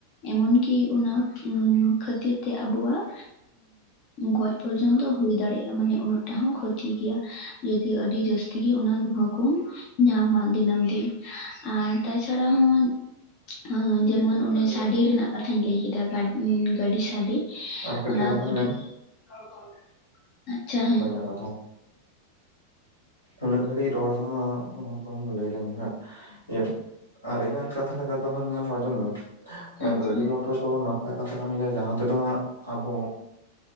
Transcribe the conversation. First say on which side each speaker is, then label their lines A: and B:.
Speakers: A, on the left; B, on the left.
A: ᱮᱢᱚᱱ ᱠᱤ ᱚᱱᱟ ᱩᱸ ᱠᱷᱟᱹᱛᱤᱨ, ᱛᱮ ᱟᱵᱚᱣᱟᱜ ᱩᱸ ᱜᱚᱡ ᱯᱚᱨᱡᱚᱱᱛᱚ ᱦᱩᱭ ᱫᱟᱲᱮᱭᱟᱜ-ᱟ ᱢᱟᱱᱮ ᱩᱱᱟᱹᱜ ᱴᱟ ᱦᱚᱸ ᱠᱷᱚᱛᱤ ᱜᱮᱭᱟ ᱡᱩᱫᱤ ᱟᱹᱰᱤ ᱡᱟᱹᱥᱛᱤ ᱜᱮ ᱚᱱᱟ ᱫᱷᱩᱣᱟ. ᱠᱚ, ᱧᱟᱢᱟ ᱫᱤᱱᱟᱹᱢ ᱫᱤᱱ ᱟᱨ ᱛᱟᱪᱷᱟᱲᱟ ᱦᱚᱸ ᱟ ᱡᱮᱢᱚᱱ ᱚᱱᱮ ᱥᱟᱰᱮ ᱨᱮᱱᱟᱜ ᱠᱟᱛᱷᱟᱧ ᱞᱟᱹᱭ ᱠᱮᱫᱟ ᱜᱟᱺᱰᱤ ᱥᱟᱰᱮ,
B: ᱟᱨ ᱠᱟᱹᱴᱤᱡ
A: ᱚᱱᱟ
B: ᱟᱸᱡᱚᱢ
A: ᱜᱟᱺᱰᱤ
B: ᱞᱮᱢ
A: ᱨᱚᱲ ᱵᱟᱝ ᱟᱸᱡᱚᱢ ᱟᱪᱪᱷᱟ ᱦᱮᱸ᱾
B: ᱚᱱᱟ ᱛᱮᱦᱚᱸ ᱩᱱᱟᱹᱜ ᱜᱷᱟᱹᱲᱤᱡ ᱨᱚᱲ ᱫᱚ ᱦᱟᱜ ᱞᱟᱹᱭ ᱞᱮᱢ ᱦᱟᱸᱜ ᱤᱭᱟᱹ ᱟᱨ ᱤᱧᱟᱝ ᱠᱟᱛᱷᱟ ᱞᱮᱠᱟ ᱫᱚ ᱦᱟᱜ ᱧᱮᱞ ᱢᱮ ᱟᱸᱡᱚᱢ ᱢᱮ
A: ᱟᱪᱪᱷᱟ
B: ᱜᱟᱺᱰᱤ ᱢᱚᱴᱚᱨ ᱫᱚ ᱱᱚ ᱱᱟᱯᱟᱭ ᱠᱟᱛᱷᱟ ᱠᱟᱱ ᱜᱮᱭᱟ ᱡᱟᱦᱟᱸ ᱛᱮᱫᱚ ᱦᱟᱸᱜ ᱟᱵᱚ